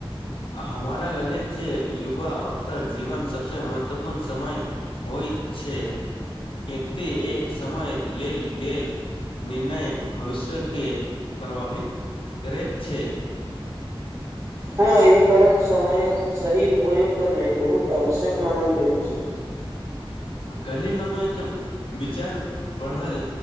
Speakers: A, on the left; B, on the right.
A: हमारा लगैत छै युवा अफसर जीवन सबसे महत अपन समय होइत छै एकति एक समय लेल गेल निर्णय भविष्यके प्रभावित करैत छै <inaudible>
B: हँ एहि कारण समयक सही उयोग करनाइ बहुत आवश्यक मानल जाइ छै
A: कली हम एक विचार पढ़ल